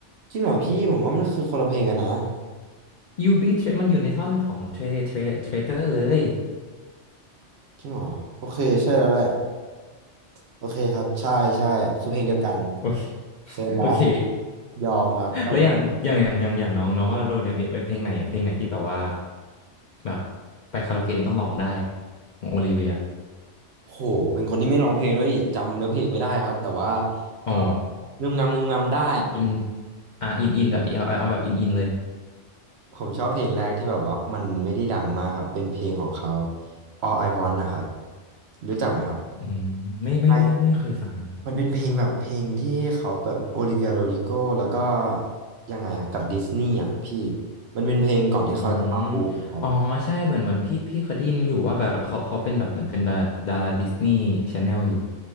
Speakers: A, on the right; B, on the left.
A: จริงเหรอพี่ผมว่ามันคือคนละเพลงกันนะ
B: you betray มันอยู่ในท่อนของ tra tra traitor เลย
A: จริงเหรอโอเคใช่แล้วแหละโอเคครับใช่ใช่คือเพลงเดียวกัน
B: โอเค <laughs>
A: เสร็จแล้ว
B: โอเค
A: ยอมครับรอบนี้
B: แล้วอย่างอย่างอย่างอย่างอย่างน้องน้องว่าโรเนี่ยมีไปเพลงไหนเพลงไหนที่แบบว่าแบบไปคาราโอเกะนี่ต้องร้องได้ของโอลิเวีย
A: โหเป็นคนที่ไม่ร้องเพลงด้วยอีกจำเนื้อเพลงไม่ได้ครับแต่ว่า
B: อ๋อ
A: ก็งึมงำงึมงำได้
B: อินอ่าอินอินแบบเอาเอาเอาแบบอินอินเลย
A: ผมชอบเพลงแรกที่แบบว่ามันไม่ได้ดังมากครับเป็นเพลงของเขา All I Want นะครับรู้จักไหมครับ
B: อืมไม่ไม่ไม่ไม่เคยฟังเลยครับ
A: ไอมันเป็นเพลงแบบเพลงที่เขาแบบโอลิเวียโรดิโกแล้วก็ยังไงอะกับดิสนีย์อะพี่มันเป็นเพลงก่อนที่เขาจะมาบูมครับ
B: อืมอ๋อใช่เหมือนเหมือนพี่พี่เคยได้ยินอยู่ว่าแบบเขาเขาเป็นแบบเหมือนเป็นแบบดาราดิสนีย์ชาแนลอยู่